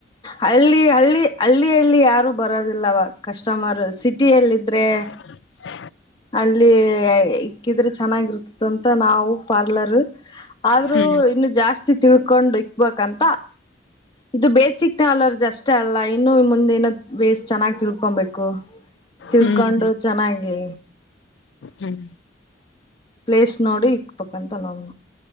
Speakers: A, on the left; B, on the left.
A: ಹಳ್ಳಿ ಹಳ್ಳಿ ಹಳ್ಳಿಯಲ್ಲಿ ಯಾರೂ ಬರೋದಿಲ್ಲವ ಕಸ್ಟಮರ್ ಸಿಟಿಯಲ್ಲಿದ್ದ್ರರೆ.
B: <inaudible>
A: ಅಲ್ಲಿ ಇಕ್ಕಿದ್ರೆ ಚೆನ್ನಾಗಿರ್ತದ ಅಂತ ನಾವು ಪಾರ್ಲರ್. ಆದ್ರೂ
B: ಹ್ಮ್
A: ಇನ್ನು ಜಾಸ್ತಿ ತಿಳ್ಕೊಂಡು ಇಕ್ಬೇಕಂತ. ಇದು ಬೇಸಿಕ್ ಟಾಲರ್ ಅಷ್ಟೇ ಅಲ್ಲ ಇನ್ನು ಮುಂದೆ ಏ ಬೇಸ್ಟ್ ಚೆನ್ನಾಗಿ ತಿಳ್ಕೊಬೇಕು.. ತಿಳ್ಕೊಂಡು
B: ಹ್ಮ್
A: ಚೆನ್ನಾಗಿ
B: ಹ್ಮ್.
A: ಪ್ಲೇಸ್ ನೋಡಿ ಇಕ್ಬಾಬೇಕಂತ ನಾವು.